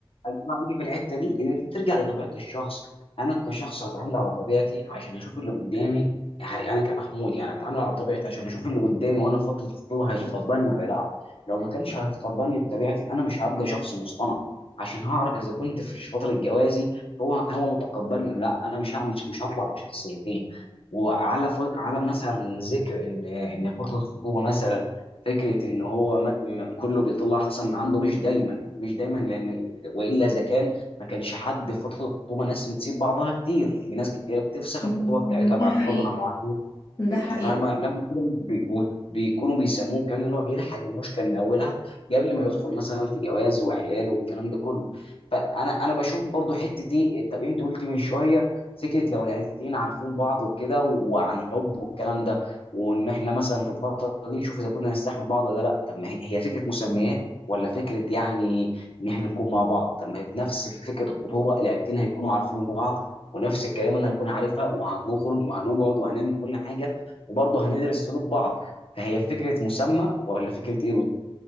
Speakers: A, on the left; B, on the left.
A: هيجمع بيجي في الحته دي ان انت ترجع لطبيعه الشخص انا كشخص هتعامل على طبيعتي عشان اشوف اللي قدامي هي- انا كمحمود يعني هتعامل على طبيعتي عشان اشوف اللي قدامي وانا في فتره الخطوبه هيتقبلني ولا لا لو ما كانش هيتقبلني بطبيعتي انا مش هبقى شخص مصطنع عشان هعرف اذا كنت في فتره جوازي هو هو متقبلني ولا لا انا مش هعمل مش هطلع بشخصيتين وعلى ف... على مثلا ذكر ان ان فتره الخطوبه مثلا فكره ان هو ما... م- كله بيطلع احسن ما عنده مش دايما مش دايما لان والا اذا كان ما كانش حد في فتره الخطوبه ناس بتسيب بعضها كتير في ناس كتير بتفسخ
B: مم.
A: الخطوبه بتاعتها
B: ده
A: بعد
B: حقيقي
A: فتره معينه
B: ده
A: انت
B: حقيقي
A: فاهمه لما كده بي- بيكونوا بيسموه كمان ان هو بيلحق المشكله من اولها قبل ما يدخل مثلا في جواز وعيال والكلام ده كله فانا انا بشوف برضو حته ايه طب انت قلت من شويه فكره لو العيلتين عارفين بعض وكده وعن حب والكلام ده وان احنا مثلا في الفتره دي نشوف اذا كنا نستحمل بعض ولا لا طب ما هي هي فكره مسميات ولا فكره يعني ان احنا نكون مع بعض طب ما هي نفس فكره الخطوبه العيلتين هيكونوا عارفين بعض ونفس الكلام انا هكون عارفها وهنخرج وهنقعد وهنعمل كل حاجه وبرضه هندرس سلوك بعض فهي فكره مسمى ولا فكره ايه